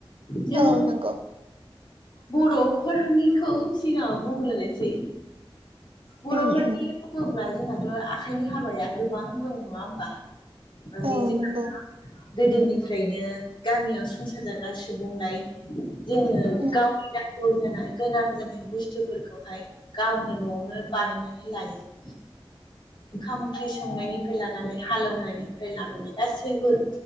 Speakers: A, on the left (about 55°); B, on the right (about 70°).
A: जों
B: औ नंगौ
A: बर'फोरनिखौ सिगांआव बुंग्रोनोसै। बर'फोरनि
B: उम उम
A: बुङोब्ला जोंहाथ' आखाइनि हाबाया गोबां दं नङा होमबा? माने
B: औ
A: जोंहा
B: नंगौ
A: दा गोदोनिफ्रायनो गामियाव संसार जाग्रा सुबुंलाय जोङो
B: उम
A: गावनि नांगौ जानाय गोनां जानाय बुस्थुफोरखौहाय गावनो न'आवनो बानायनानै लायो। ओंखाम ओंख्रि संनायनिफ्राय लानानै हालेवनायनिफ्राय लानानै गासैबो